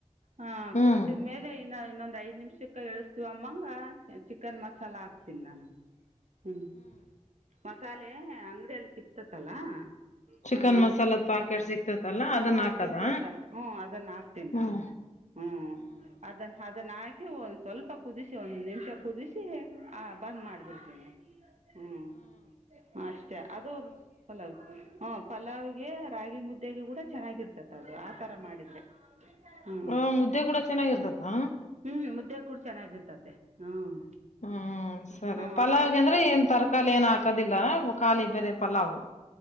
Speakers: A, on the right (about 75°); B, on the left (about 80°).
A: ಆ
B: ಹ್ಮ್
A: ಕುದಿಸಿದ್ಮೇಲೆ ಇನ್ನ ಇನ್ನೊಂದು ಐದ್ ನಿಮಿಷಕ್ಕೆ ಎಳಸ್ತೀವ ಅಮ್ಮಂಗ ಚಿಕನ್ ಮಸಾಲ ಹಾಕ್ತೀನಿ ನಾನು ಹ್ಮ್. ಮಸಾಲೆ ಅಂಗಡಿಯಲ್ಲಿ ಸಿಕ್ತತಲ್ಲ
B: ಚಿಕನ್
A: ಹಾ.
B: ಮಸಾಲದ ಪಾಕೆಟ್ ಸಿಕ್ತತಲ್ಲ ಅದನ್ನ
A: ಹಾ
B: ಹಾಕದ
A: ಸಿಗ್ತತ ಹ್ಮ ಅದನ್ನ ಹಾಕ್ತೇನಿ
B: ಹ್ಮ್
A: ನಾನು. ಹ್ಮ್ ಅದನ್ನ ಅದನ ಆಕಿ ಒಂದ್ ಸ್ವಲ್ಪ ಕುದಿಸಿ ಒಂದ್ ನಿಮಿಷ ಕುದಿಸಿ ಆ ಬಂದ್ ಮಾಡ್ಬಿಡ್ತೀನಿ. ಹ್ಮ್ ಅಷ್ಟೇ ಅದು ಪಲಾವ್ ಹು ಪಲಾವ್ಗೆ ರಾಗಿ ಮುದ್ದ್ <unintelligible> ತಗೆ ಕೂಡ ಚೆನ್ನಾಗಿರ್ತತಿ ಅದು ಆ ತರ ಮಾಡಿದ್ರೆ. ಹ್ಮ
B: ಹ ಮುದ್ದೆ ಕೂಡ ಚೆನ್ನಾಗಿರ್ತದ
A: ಹ್ಮ ಹ್ಮ್ ಮುದ್ದೆಗೆ ಕೂಡ ಚೆನ್ನಾಗಿರ್ತತೆ ಹ್ಮ್.
B: ಹ್ಮ್ ಸರಿ
A: ಹ್ಮ್
B: ಪಲಾವ್ಗೆ
A: ಅವೆಲ್ಡಕ್ಕ
B: ಅಂದ್ರೆ ಏನ್ ತರಕಾರಿ ಏನು ಹಾಕೋದಿಲ್ಲ ಖಾಲಿ ಬೇರೆ ಪಲಾವ್.